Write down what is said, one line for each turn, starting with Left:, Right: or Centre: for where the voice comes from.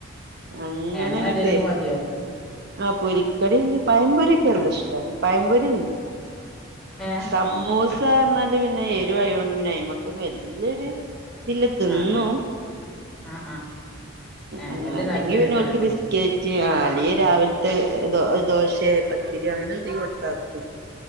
Right: അങ്ങനെങ്ങട്ടെ
Centre: ഏഹ് അങ്ങനെ എന്തേലുമൊക്കെ മതിയോ
Right: ആഹ് പൊരിക്കടിണ്ട് പയംപൊരിയൊക്കെ നല്ല ഇഷ്ടാണ് പയംപൊരി തിന്നും
Centre: ഏഹ്
Right: സമ മൂസർഞ്ഞാല് പിന്നെ എരുവായൊണ്ട് പിന്നെ അയിമക്കൊന്നും വല്യൊരു ഇതില്ല തിന്നും
Centre: ആഹ് ആഹ് ആഹ് ആഹ് ഏഹ്
Right: അങ്
Centre: വല്യ
Right: അല്ലെങ്കി
Centre: താല്പര്യം
Right: പിന്നെ
Centre: ഉണ്ടാവൂലല്ലേ
Right: ഓൽക്ക് ബിസ്കേ ച്ച് അല്ലെങ്കി രാവിലത്തെ ദോ ദോശയോ പത്തിരിയൊ അങ്ങനെ എന്തെങ്കും കൊടുത്താ തിന്നും